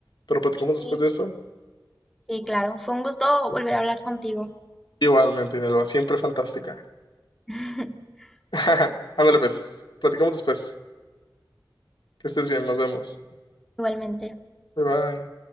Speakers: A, on the left; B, in the centre.
A: Pero platicamos después
B: Sí,
A: de esto.
B: sí, claro. Fue un gusto volver a hablar contigo.
A: Igualmente, Inelva, siempre fantástica.
B: <laughs>
A: <laughs> Ándale, pues, platicamos después. Que estés bien, nos vemos.
B: Igualmente.
A: Bye bye.